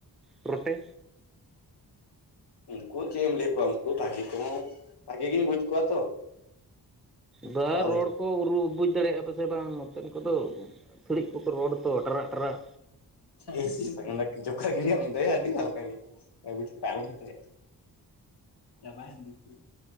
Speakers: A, in the centre; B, on the left (about 75°).
A: ᱴᱨᱚᱴᱮ
B: ᱩᱱᱠᱩ ᱪᱮᱫ ᱮᱢ ᱞᱟᱹᱭ ᱠᱚᱣᱟ ᱩᱱᱠᱩ ᱵᱷᱟᱜᱤ ᱠᱚᱦᱚᱸ ᱵᱷᱟᱜᱤ ᱜᱤᱧ ᱵᱩᱡ ᱠᱚᱣᱟ ᱛᱚ
A: ᱵᱟᱨ
B: ᱟᱹᱣᱨᱤ
A: ᱨᱚᱲ ᱠᱚ ᱩᱨᱩ ᱵᱩᱡᱽ ᱫᱟᱲᱮᱭᱟᱜᱼᱟ ᱯᱟᱥᱮ ᱵᱟᱝ ᱱᱚᱛᱮᱱ ᱠᱚᱫᱚ ᱛᱷᱤᱲᱤᱡ ᱠᱚᱠᱚ ᱨᱚᱲ ᱛᱚ ᱴᱟᱨᱟᱜᱼ ᱴᱟᱨᱟᱜ
B: <unintelligible> ᱡᱚᱠᱷᱟ ᱜᱮᱧ ᱞᱟᱹᱭᱮᱫ ᱢᱮᱫᱚᱭᱟ ᱟᱹᱰᱤ ᱦᱟᱞᱠᱟ ᱜᱮᱭᱟ ᱚ ᱵᱩᱡᱷᱽ ᱠᱮᱫᱟ ᱟᱞᱚᱢ ᱦᱚᱸᱛᱚᱭᱟ ᱪᱟᱵᱟᱭᱮᱱ ᱫᱩᱠᱩ